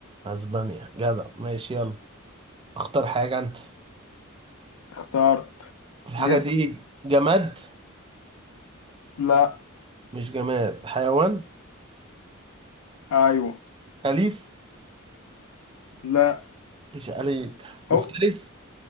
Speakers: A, on the right; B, on the left.
A: أسبانيا جدع ماشي يلا اختار حاجة أنت
B: اخترت
A: الحاجة
B: جس
A: دي جماد
B: لا
A: مش جماد حيوان
B: أيوه
A: أليف
B: لا
A: مش عليك مفترس
B: هو